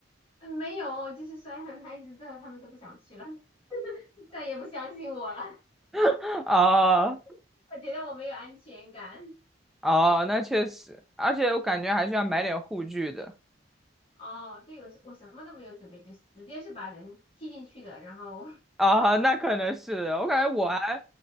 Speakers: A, on the left (about 30°); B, in the centre.
A: 嗯，没有，就是摔了他一直之后，他们都不想去了，<laughs> 再也不相信我了。
B: <laughs> 啊
A: <laughs> 我觉得我没有安全感。
B: 哦，那确实，而且我感觉还是要买点护具的。
A: 哦，对，我是我什么都没有准备，就是直接是把人踢进去的。然后
B: 啊，那可能是我感觉我还，